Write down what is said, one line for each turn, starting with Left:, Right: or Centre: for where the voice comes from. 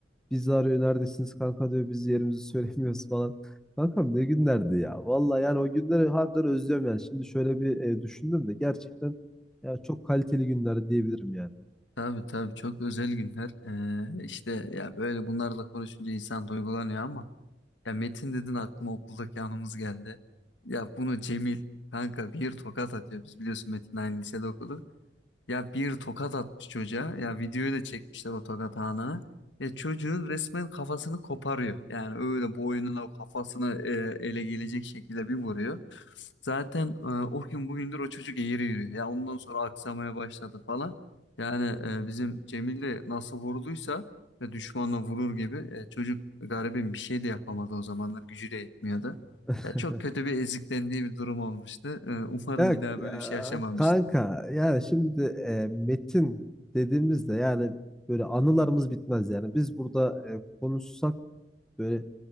Centre: bizi arıyor. Neredesiniz kanka diyor. Biz yerimizi söylemiyoruz falan. Kankam ne günlerdi ya. Vallahi yani o günleri harbiden özlüyorum yani. Şimdi şöyle bir e, düşündüm de gerçekten ya çok kaliteli günler diyebilirim yani.
Left: Tabii tabii çok özel günler. Ee, işte ya böyle bunlarla konuşunca insan duygulanıyor ama ya Metin dedin aklıma okuldaki anımız geldi. Ya bunu Cemil kanka bir tokat atıyor. Biz biliyorsun Metin aynı lisede okudu. Ya bir tokat atmış çocuğa. Ya videoyu da çekmişler o tokat anını. Ya çocuğun resmen kafasını koparıyor. Yani öyle boynuna kafasını e, ele gelecek şekilde bir vuruyor. Zaten e, o gün bugündür o çocuk eğri yürüyor. Ya ondan sonra aksamaya başladı falan. Yani e, bizim Cemil de nasıl vurulduysa e, düşmanla vurur gibi e, çocuk garibim bir şey de yapamadı o zamanlar gücü de yetmiyordu.
Centre: <laughs>
Left: Ya çok kötü bir eziklendiği bir durum olmuştu. E, umarım
Centre: Ya
Left: bir daha
Centre: e,
Left: böyle bir şey yaşamamıştır.
Centre: kanka yani şimdi e, metin dediğimizde yani böyle anılarımız bitmez yani. Biz burada e, konuşsak böyle